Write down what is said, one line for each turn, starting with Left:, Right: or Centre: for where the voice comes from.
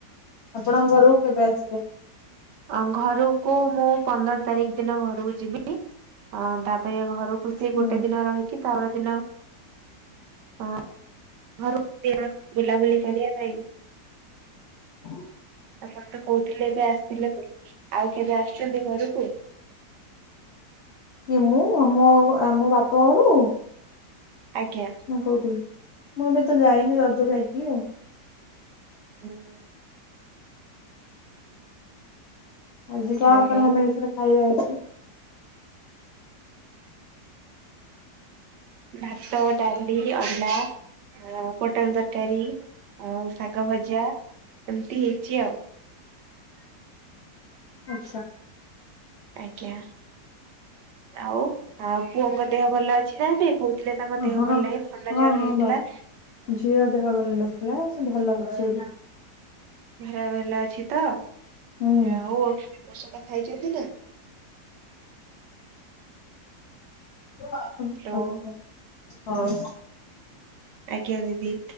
Left: ଆପଣଙ୍କ ଘରକୁ କେବେ ଆସିବେ?
Right: ଆଁ ଘରକୁ ମୁଁ ପନ୍ଦର ତାରିଖ ଦିନ ଘରକୁ ଯିବି ଅ ତାପରେ ଘରକୁ ଖୁସି
Left: ହୁଁ
Right: ଗୋଟେ ଦିନ ରହିକି ତାପର ଦିନ ଅ ବୁଲାବୁଲି କରିବା ପାଇଁ
Left: ହଁ।
Right: ଆପଣ ତ କହୁଥିଲେ ଏବେ ଆସିଥିଲେ ବୋଲି ଆଉ କେବେ ଆସୁଛନ୍ତି ଘରକୁ?
Left: କି ମୁଁ ମୋ ମୋ ବାପଘରକୁ?
Right: ଆଜ୍ଞା।
Left: ମୁଁ କଉଥିଲି ମୁଁ ଏବେ ତ ଯାଇନି ରଜ ଯାଇଥିଲି ଆଉ
Right: ହୁଁହୁଁ।
Left: ଆଜି କଣ
Right: ଯା
Left: ଆପଣଙ୍କ
Right: ହଉ
Left: ମେଷରେ ଖାଇବା ଅଛି?
Right: ଭାତ ଡାଲି ଅଣ୍ଡା। ଆ ପୋଟଳ ତରକାରୀ ଆଉ ଶାଗ ଭଜା ଏମତି ହେଇଛି ଆଉ।
Left: ଆଛା।
Right: ଆଜ୍ଞା ଆଉ ଆଉ ପୁଅଙ୍କ ଦେହ ଭଲ ଅଛି ନାଦି କହୁ ଥିଲେ ତାଙ୍କ
Left: ହଁ
Right: ଦେହ ଭଲ
Left: ହଁ
Right: ନାହିଁ ଥଣ୍ଡା ଜର
Left: ହଁ
Right: ହେଇଥିଲା।
Left: ଭଲ। ଝିଅ ଦେହ ଭଲ ନଥିଲା ସେ ଭଲ ଅଛିବେ।
Right: ଭରା ଭଲ ଅଛି ତ
Left: ହୁଁ।
Right: ଯାଆଉ ଔଷଧ ଖାଇଛନ୍ତି ନା।
Left: <unintelligible>
Right: ହ୍ୟାଲୋ
Left: ହଉ
Right: ଆଜ୍ଞା ଦିଦି